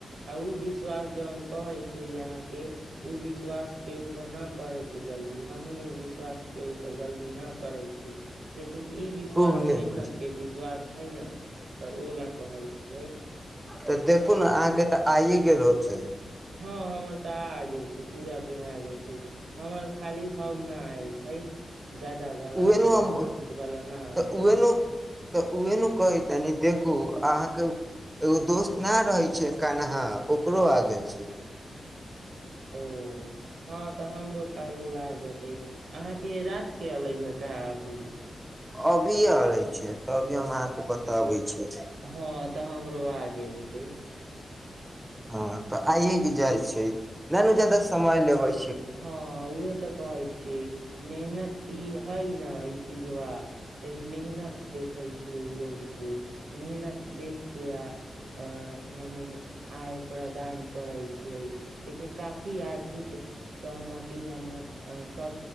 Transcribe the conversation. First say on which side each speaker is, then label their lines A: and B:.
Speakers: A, on the right; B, on the right.
A: आ उ विश्वास जौन कहे छी अहाँ के उ विश्वास केहु पर नहि करेके जल्दी हमहुँ विश्वास केहुपर जल्दी न करै छी लेकिन ई विश्वास
B: खूब नीक
A: मेहनत के विश्वास छैना तऽ ओ ला कहै छियै
B: तऽ देखू ने अहाँके तऽ आइए गेल होते
A: हँ हमर तऽ आ गेल छै पूरा पे आ गेल छै हमर खाली हउ न आयल छै जादा वाला
B: उहे
A: जादा
B: नु हम
A: अंक वाला न आयल
B: तऽ उहे
A: छै
B: नु तऽ उहे नु कहैत तनि देखू अहाँके एगो दोस्त नहि रहै छै कानहा ओकरो आ गेल छै
A: ओ हँ तऽ हमरो कल्हु आ जेते अहाँके रात के अलै हे का अभी
B: अभी आ रै छै तभी हम अहाँके बताबै छिय
A: हँ तऽ हमरो आ गेल होतै
B: हँ तऽ आ जाइ छै ननु जादा समय लेबय
A: हँ उहे तऽ कहैत छियै मेहनत ई हई न ई चीझबा तऽ ई मेहनत देखै छियै लोग की मेहनत देखके आ अ मने आय प्रदान करै छियै ऐसे काफी आर्थिक सहमति हमर सभ